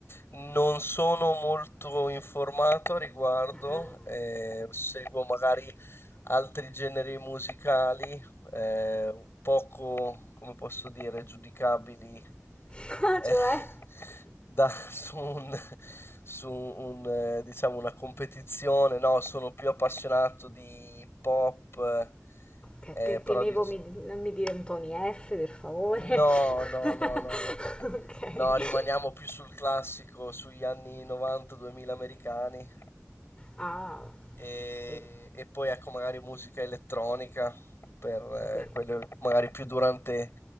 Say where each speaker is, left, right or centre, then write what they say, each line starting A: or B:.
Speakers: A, on the left; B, on the left.
A: Non sono molto informato a riguardo,
B: Ah,
A: eh, seguo magari altri generi musicali, eh, poco, come posso dire, giudicabili
B: <laughs> ah,
A: eh,
B: cioè...
A: <laughs> da- su un, su un, eh, diciamo, una competizione. No, sono più appassionato di pop,
B: Che
A: eh,
B: pe- temevo
A: però di...
B: mi, non mi dire Tony F, per favore.
A: No, no,
B: <laughs>
A: no, no, no.
B: Ok.
A: No, rimaniamo più sul classico, sugli anni 90-2000 americani
B: Ah.
A: e,
B: Quindi,
A: e poi ecco magari musica elettronica per eh,
B: quindi,
A: quelle magari più durante,